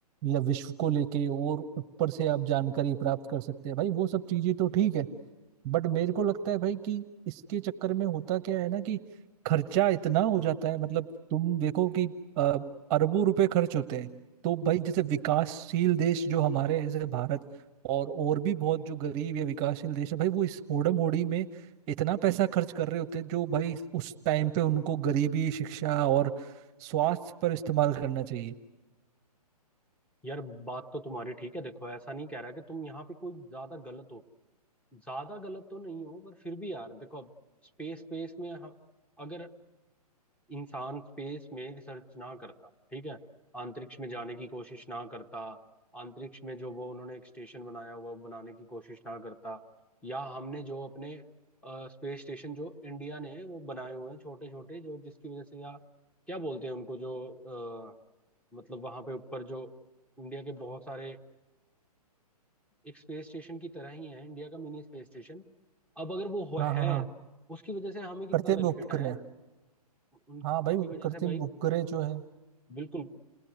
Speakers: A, on the right; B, in the centre.
A: या विश्व को लेके और ऊपर से आप जानकारी प्राप्त कर सकते हैं भाई वो सब चीजें तो ठीक है बट मेरे को लगता है भाई कि इसके चक्कर में होता क्या है ना कि खर्चा इतना हो जाता है मतलब तुम देखो कि अ, अरबों रुपए खर्च होते हैं तो भाई जैसे विकासशील देश जो हमारे हैं, जैसे भारत और और भी बहुत जो गरीब या विकासशील देश है भाई वो इस होड़म होड़ी में इतना पैसा खर्च कर रहे होते हैं जो भाई उस टाइम पे उनको गरीबी शिक्षा और स्वास्थ्य पर इस्तेमाल करना चाहिए
B: यार बात तो तुम्हारी ठीक है देखो ऐसा नहीं कह रहा कि तुम यहाँ पे कोई ज्यादा गलत हो ज्यादा गलत तो नहीं हो पर फिर भी यार देखो अब स्पेस स्पेस में हम अगर इंसान स्पेस में रिसर्च ना करता ठीक है अंतरिक्ष में जाने की कोशिश ना करता अंतरिक्ष में जो वो उन्होंने एक स्टेशन बनाया हुआ वो बनाने की कोशिश ना करता या हमने जो अपने स्पेस स्टेशन जो इंडिया ने वो बनाए हुए हैं छोटे छोटे जो जिसकी वजह से या क्या बोलते हैं उनको जो अ, मतलब वहां पे ऊपर जो इंडिया के बहुत सारे एक स्पेस स्टेशन की तरह ही है इंडिया का मिनी स्पेस स्टेशन अब अगर वो हो-
A: हाँ
B: है
A: हाँ हाँ
B: उसकी वजह से हमें कितना
A: कृत्रिम
B: बेनिफिट
A: उपग्रह
B: है यार उन
A: हाँ भाई
B: उसकी
A: उन
B: वजह
A: कृत्रिम
B: से भाई
A: उपग्रह जो है
B: बिल्कुल